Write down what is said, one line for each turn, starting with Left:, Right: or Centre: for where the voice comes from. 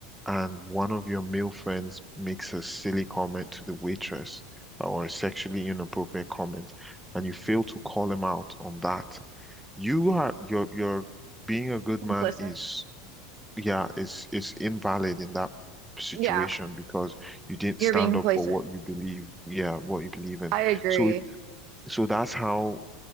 Centre: and one of your male friends makes a silly comment to the waitress or a sexually inappropriate comment, and you fail to call him out on that you are your your being a good
Right: complacent.
Centre: man is yeah is is invalid in that situation
Right: Yeah,
Centre: because you didn't
Right: you're
Centre: stand
Right: being complacent.
Centre: up for what you believe yeah what you believe in.
Right: I agree.
Centre: So it so that's how